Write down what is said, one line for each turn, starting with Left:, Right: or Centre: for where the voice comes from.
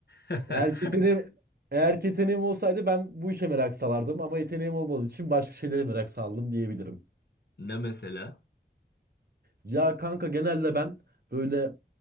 Left: <laughs>
Right: Eğer ki yeteneğim, eğer ki yeteneğim olsaydı ben bu işe merak salardım ama yeteneğim olmadığı için başka şeylere merak saldım diyebilirim.
Left: Ne mesela?
Right: Ya kanka genelde ben böyle